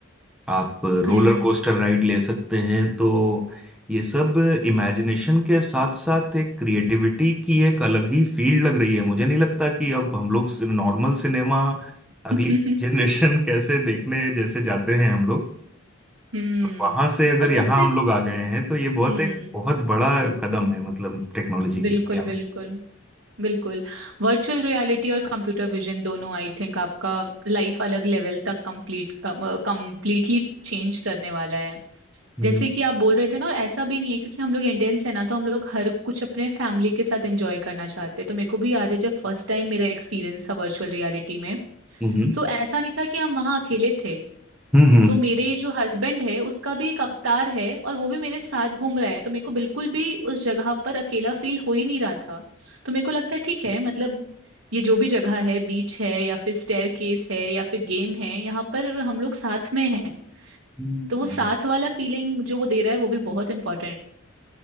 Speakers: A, in the centre; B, on the right.
A: आप रोलर
B: hmm
A: कोस्टर राइड ले सकते हैं तो ये सब इमेजिनेशन के साथ साथ एक क्रिएटिविटी की एक अलग ही फील्ड लग रही है मुझे नहीं लगता कि अब हम लोग नॉर्मल सिनेमा अगली
B: <laughs>
A: <laughs> जनरेशन कैसे देखने जैसे जाते हैं हम
B: हम्म
A: वहां से अगर
B: और सबसे
A: यहाँ हम लोग आ गए हैं तो ये बहुत
B: हम्म
A: एक बहुत बड़ा कदम है मतलब टेक्नोलॉजी
B: बिल्कुल
A: की दुनिया
B: बिल्कुल
A: में
B: बिल्कुल वर्चुअल रियलिटी और कंप्यूटर विजन दोनों आई थिंक आपका लाइफ अलग लेवल तक कंप्लीट कंप्लीटली चेंज करने वाला है
A: हम्म
B: जैसे कि आप बोल रहे थे ना और ऐसा भी नहीं है क्योंकि हम लोग इंडियंस है ना तो हम लोग हर कुछ अपने फैमिली के साथ एंजॉय करना चाहते हैं तो मेरे को भी याद है जब फर्स्ट टाइम मेरा एक्सपीरियंस था वर्चुअल रियलिटी में
A: हम्म
B: सो ऐसा नहीं था कि हम वहाँ अकेले थे
A: हम्म, हम्म।
B: तो मेरे जो हस्बैंड है उसका भी एक अवतार है और वो भी मेरे साथ घूम रहा है तो मेरे को बिल्कुल भी उस जगह पर अकेला फील हो ही नहीं रहा था तो मेरे को लगता है ठीक है मतलब ये जो भी जगह है बीच है या फिर स्टेयर केस है या फिर गेम है यहाँ पर हम लोग साथ में हैं
A: हम्म।
B: तो वो साथ वाला फीलिंग जो वो दे रहा है वो भी बहुत इंपॉर्टेंट